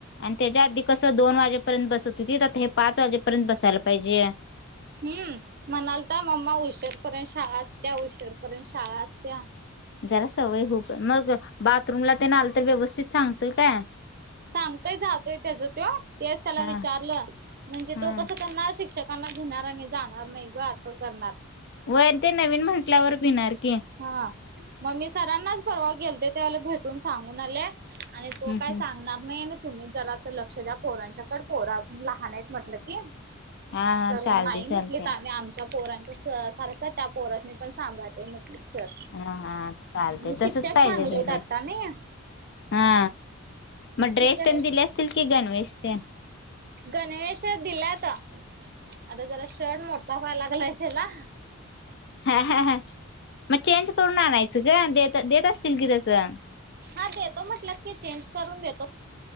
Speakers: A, on the left (about 55°); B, on the right (about 45°).
A: आणि त्याच्या आधी कसं दोन वाजेपर्यंत बसत होती तर हे पाच वाजेपर्यंत बसायला पाहिजे.
B: हम्म म्हणाल तर, मम्मा उशीरपर्यंत शाळा असत्या उशीरपर्यंत शाळा असत्या.
A: जरा सवय होउ पण मग बाथरूमला ते नाय आलं तर व्यवस्थित सांगतोय काय?
B: सांगतोय जातोय, त्याच तो तेच त्याला
A: हा
B: विचारलं म्हणजे
A: हा
B: तो कस करणार शिक्षक कांना घेणार आणि जाणार नाही ग असं करणार.
A: होय ते नवीन म्हंटल्यावर भिणार की.
B: हा मग मी सरांनाच परवा गेल ते त्यावेळी भेटून सांगून आले. आणि तो
A: हम्म
B: काय सांगणार नाही आणि तुम्ही जरा असं लक्ष द्या पोरांच्याकडे, पोरं अजून लहान आहेत म्हटलं की
A: हा हा
B: तर
A: चालते
B: नाही
A: चालते
B: म्हटले तर आम्ही आमच्या पोरांच्या सारखं त्या पोरास्नी पण सांभाळते सर
A: हा हा चालते
B: आणि
A: तसच
B: शिक्षक
A: पाहिजे
B: चांगले
A: घे
B: आहेत आता नाही
A: हा. मग
B: शिक्षक
A: ड्रेस त्यांनी दिले असतील कि गणवेश? तन <inaudible>
B: गणवेश दिल्यात. आता जरा शर्ट मोठा व्हायला लागलाय. त्याला
A: हा ह हा मग चेंज करून आणायचं ग द देत असतील की तसं.
B: हा देतो म्हटलं की चेंज करून देतो,